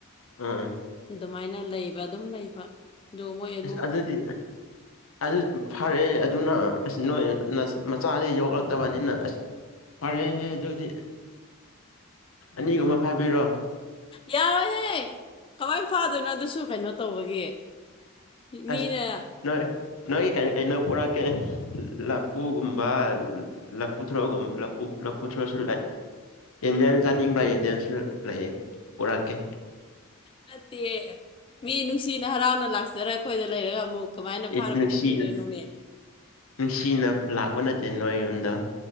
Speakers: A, on the left; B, on the left.
A: ꯑꯥ
B: ꯑꯗꯨꯃꯥꯏꯅ ꯂꯩꯕ ꯑꯗꯨꯝ ꯂꯩꯕ ꯑꯗꯨ ꯃꯣꯏ ꯑꯗꯨꯝ
A: ꯏꯁ ꯑꯗꯨꯗꯤ ꯑꯗꯨ ꯐꯔꯛꯑꯦ ꯑꯗꯨꯅ ꯑꯁ ꯅꯣꯏ ꯃꯆꯥꯗꯤ ꯌꯣꯛꯂꯛꯇꯕꯅꯤꯅ ꯑꯁ ꯐꯔꯦꯍ ꯑꯗꯨꯗꯤ ꯑꯅꯤꯒꯨꯝꯕ ꯐꯥꯕꯤꯔꯣ꯫
B: ꯌꯥꯔꯣꯏꯍꯦ ꯀꯃꯥꯏ ꯐꯥꯗꯣꯏꯅꯣ ꯑꯗꯨꯁꯨ ꯀꯩꯅꯣ ꯇꯧꯕꯒꯦ
A: ꯑꯁ
B: ꯃꯤꯅ
A: ꯅꯣꯏ ꯅꯣꯏꯒꯤ ꯀꯩꯔꯤ ꯀꯩꯅꯣ ꯄꯨꯔꯛꯀꯦ ꯂꯐꯨꯒꯨꯝꯕ ꯂꯄꯨ ꯊ꯭ꯔꯣ ꯂꯨ ꯂꯄꯨ ꯊ꯭ꯔꯣꯁꯤ ꯏꯟꯗꯤꯌꯟ ꯆꯥꯅꯤꯡꯕ꯭ꯔ ꯏꯟꯗꯤꯌꯥꯟꯁꯨ ꯂꯩꯑ ꯎꯔꯛꯀꯦ
B: ꯅꯠꯇꯦ ꯃꯤ ꯅꯨꯡꯁꯤꯅ ꯍꯔꯥꯎꯅ ꯂꯥꯛꯆꯔꯒ ꯑꯩꯈꯣꯏꯗ ꯂꯩꯔꯒ ꯑꯃꯨꯛ ꯀꯃꯥꯏꯅ
A: ꯏꯁ
B: ꯐꯥꯔ
A: ꯅꯨꯡꯁꯤꯅ
B: ꯄꯤꯊꯣꯛꯄꯤꯗꯣꯏꯅꯣꯃꯦ
A: ꯅꯨꯡꯁꯤꯅ ꯂꯥꯛꯄ ꯅꯠꯇꯦ ꯅꯣꯏ ꯌꯨꯝꯗ